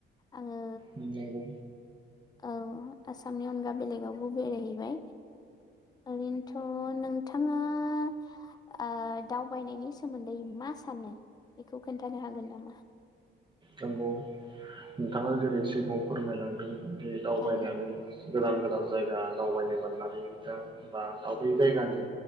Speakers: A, on the left (about 20°); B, on the right (about 25°).
A: आङो
B: उम नंगौ।
A: औ आसामनि अनगा बेलेगावबो बेरायहैबाय। ओरैनोथ' नोंथाङा ़ दावबायनायनि सोमोन्दै मा सानो? बेखौ खोन्थानो हागोन नामा?
B: नोंगौ नोंथाङा जेरै सिगाङाव फोरमायलांदों दे दावबायनानै
A: औ
B: गोदान गोदान जायगा दावबायनो मोननानै बिथां बा दाबै जायगानि